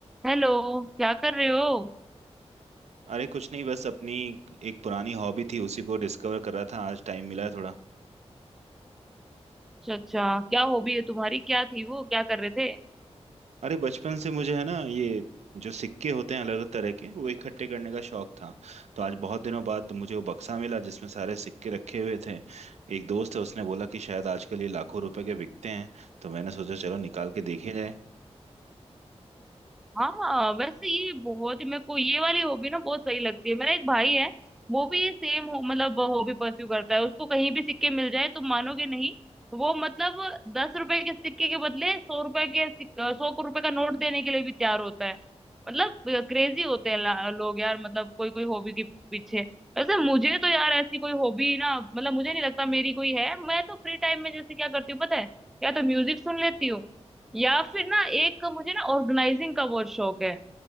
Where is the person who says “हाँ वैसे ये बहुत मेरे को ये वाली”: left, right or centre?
Centre